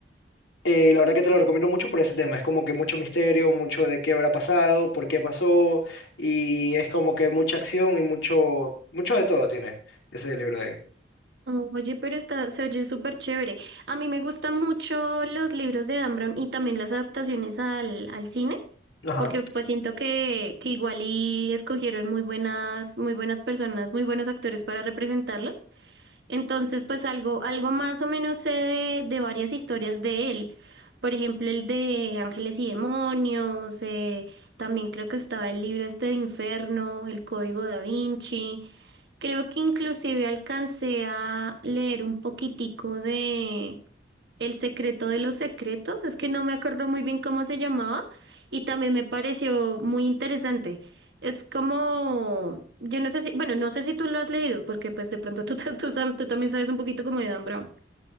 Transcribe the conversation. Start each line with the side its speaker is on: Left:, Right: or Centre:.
Left: eh, la verdad que te lo recomiendo mucho por ese tema. Es como que mucho misterio, mucho de qué habrá pasado, por qué pasó, y es como que mucha acción y mucho, mucho de todo tiene ese libro ahí.
Right: Oh, Oye, pero está, se oye súper chévere. A mí me gustan mucho los libros de Dan Brown y también las adaptaciones al, al cine,
Left: Ajá.
Right: porque pues siento que, que igual y escogieron muy buenas, muy buenas personas, muy buenos actores para representarlos. Entonces, pues algo, algo más o menos sé de, de varias historias de él. Por ejemplo, el de Ángeles y Demonios, eh, también creo que estaba el libro este de Inferno, El Código Da Vinci. Creo que inclusive alcancé a leer un poquitico de El secreto de los secretos, es que no me acuerdo muy bien cómo se llamaba y también me pareció muy interesante. Es como, yo no sé si, bueno, no sé si tú lo has leído, porque pues de pronto tú, <laughs> tú, tú sam- tú también sabes un poquito como de Dan Brown.